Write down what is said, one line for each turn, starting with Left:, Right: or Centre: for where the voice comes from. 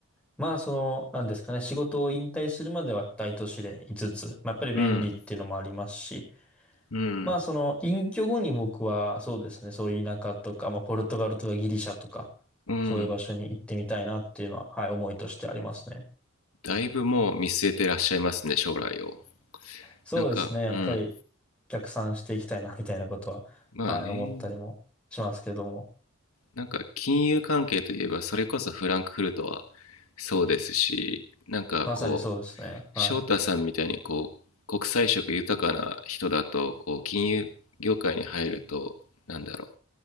Centre: まあその、なんですかね、仕事を引退するまでは大都市でいつつ、まあやっぱり便利っていうのもありますし、
Left: うんうん
Centre: まあその隠居後に僕はそうですね、そういう田舎とか、まあポルトガルとかギリシャとか、
Left: うん
Centre: そういう場所に行ってみたいなっていうのは、はい、思いとしてありますね。
Left: だいぶもう見据えてらっしゃいますね将来を
Centre: そうですね。
Left: なんかうん
Centre: やっぱり逆算していきたいな、みたいなことは、
Left: まあね
Centre: はい、思ったりもしますけども。
Left: なんか金融関係といえばそれこそフランクフルトはそうですしなんかこう翔太さんみたいにこう国際色豊かな人だとこう金融業界に入るとなんだろう
Centre: まさにそうですね。はい。